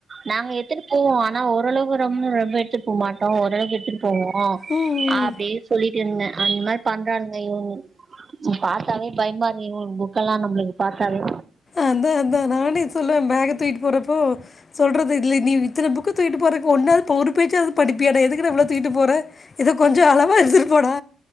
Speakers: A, on the right (about 35°); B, on the left (about 35°).
A: நாங்க எத்துட்டு போவோ ஆனா ஓரளவுக்கு ரொம்ப ரொம்ப எடுத்துட்டு போக மாட்டோ கடுத்துட்டு போவோ
B: ம்
A: அப்படியே சொல்லிட்டு இருந்தே அந்த மாரி பண்றாங்க இவ பாத்தாவே பயமா இருக்கு இவ புக்கெல்லாம் நம்மளுக்கு பாத்தாவே
B: அதா அதா நானே சொல்லுவே பேக தூயிட்டு போறப்போ சொல்றது இல்லை நீ இத்தன புக்கு தூக்கிட்டு போறக்கு ஒன்னாவது பொறு பேச்சாவது படிப்பியாட எதுக்கு டா இவ்ளோ தூக்கிட்டு போறே இத கொஞ்சோ அளவா எடுதுடு போடா